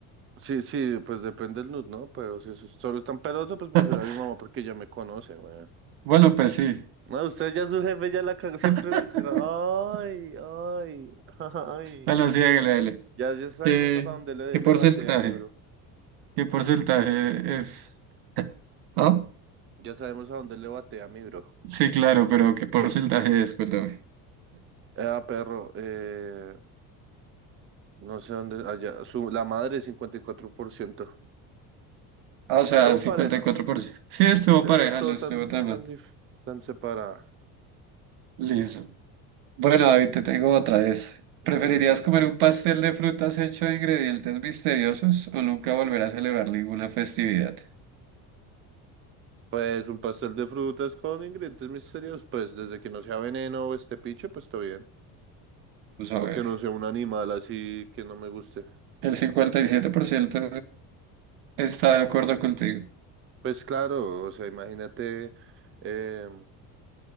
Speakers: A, on the right; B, on the right.
A: Sí, sí, pues depende del nud, ¿no? Pero si es solo tan peloso, pues prefiero
B: <laughs>
A: a mi mamá porque ya me conoce, weón.
B: Bueno, pues sí.
A: No, usted ya su jefe ya la cagó, siempre
B: <laughs>
A: la cagó. Ay, ay, <laughs> ay.
B: Bueno, sí, hágale, dale.
A: Ya, ya sabemos
B: ¿Qué,
A: a pa' dónde le,
B: qué porcentaje?
A: le batea mi bro.
B: ¿Qué porcentaje es? <laughs> ¿Ah?
A: Ya sabemos a dónde le batea mi bro.
B: Sí, claro, pero ¿qué porcentaje es? Cuéntame.
A: Ah, perro, eh, no sé dónde, allá, su, la madre 54%.
B: Ah, o sea,
A: Todo
B: cincuenta
A: pareja.
B: y cuatro por ciento. Sí, estuvo
A: Sí,
B: pareja,
A: no es todo
B: no estuvo
A: tan,
B: tan
A: tan,
B: mal.
A: dif- tan separada.
B: Listo. Bueno, David, te tengo otra vez. ¿Preferirías
A: A ver, dígalo.
B: comer un pastel de frutas hecho de ingredientes misteriosos o nunca volver a celebrar ninguna festividad?
A: Pues un pastel de frutas con ingredientes misteriosos, pues desde que no sea veneno o este picho, pues todo bien.
B: Vamos a ver.
A: O que no sea un animal así que no me guste.
B: El 57% está de acuerdo contigo.
A: Pues claro, o sea, imagínate, eh,